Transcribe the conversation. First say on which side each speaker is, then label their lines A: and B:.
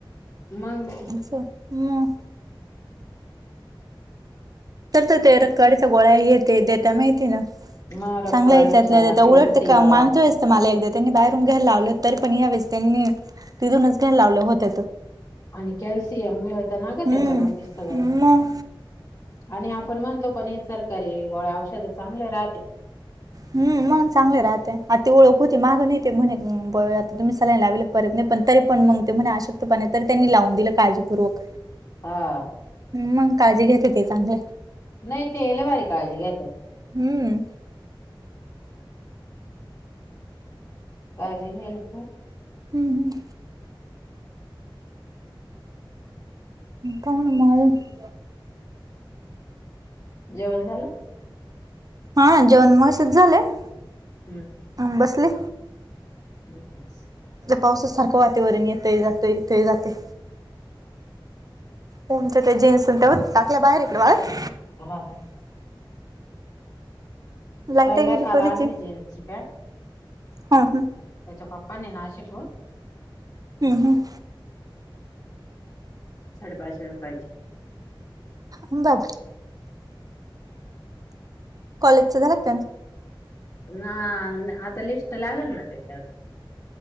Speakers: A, on the left; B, on the right.
A: मंग.
B: असं मग तर, तर, ते रक्तवाडीच्या गोळया हे ते देता माहितीय का?
A: मग रक्तवाढीच्या
B: चांगला त्यातल्या त्यात,
A: कॅल्शियम
B: उलटत ते काम मागच्यावेळीस मला एकदा त्यांनी बाहेरून घ्यायला लावलं, त री पण यावेेळेस त्यांनी तिथूनच घ्यायला लावलं होत.
A: आणि कॅल्शियम मिळत ना ग,
B: हम्म
A: त्याच्यामध्ये सगळं.
B: मग
A: आणि आपण म्हणतो पण, हे सरकारी व औषध चांगले राहते.
B: हम् मग, चांगले राहते आ ओळख होती मागं न येते म्हणे आता तुम्ही सलाईन लावल. परत नाही पण तरी पण मग ते म्हने आशक्त पना आहे. तरी त्यांनी लावून दिलं काळजीपूर्वक.
A: हा.
B: मग काळजी घेते ते चांगले.
A: नाही ते लय भारी काळजी घेत्यात.
B: हम्म.
A: काळजी घ्यायला नको.
B: हम् हम् काण मार <unintelligible>
A: जेवण झालं.
B: हा जेवण मगाशीच झालंय.
A: हं हं
B: आ बसले.
A: क <unintelligible>
B: पावसासारखं वातावरण येतंय जातंय येतंय जातेय. तमच्या त्या जीन्स हुत्या टाकल्या बाहेर इकडे वाळत.
A: हो <unintelligible>
B: लाईट
A: साईला
B: गेली
A: काल
B: कोणाची.
A: आणली जीन्सची पॅन्ट
B: हा हम
A: त्याच्या पप्पनी नाशिकहून.
B: हम् हम.
A: साडेपाचशे रुपयाची.
B: बग. कॉलेजचं झालं त्या
A: ना आता लिस्ट लागेल ना त्याच्यात.